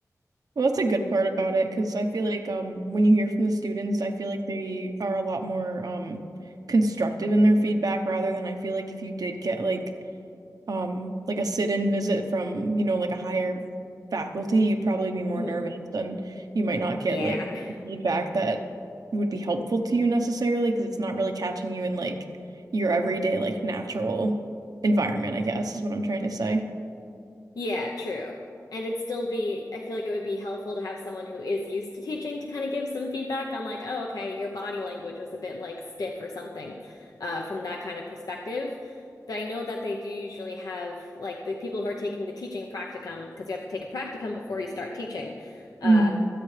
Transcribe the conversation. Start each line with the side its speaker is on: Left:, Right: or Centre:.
Right: Well, that's a good part about it because I feel like um, when you hear from the students, I feel like they are a lot more um, constructive in their feedback rather than I feel like if you did get like um, like a sit-in visit from, you know, like a higher faculty, you'd probably be more
Left: Mm,
Right: nervous and you might not get
Left: yeah,
Right: like
Left: <laughs>
Right: the feedback that would be helpful to you necessarily because it's not really catching you in like your everyday like natural environment, I guess is what I'm trying to say.
Left: yeah, true. And it'd still be, I feel like it would be helpful to have someone who is used to teaching to kind of give some feedback on like, oh, okay, your body language was a bit like stiff or something, uh, from that kind of perspective. But I know that they do usually have like the people who are taking the teaching practicum, because you have to take a practicum before you start teaching. Uh,
Right: Mhm.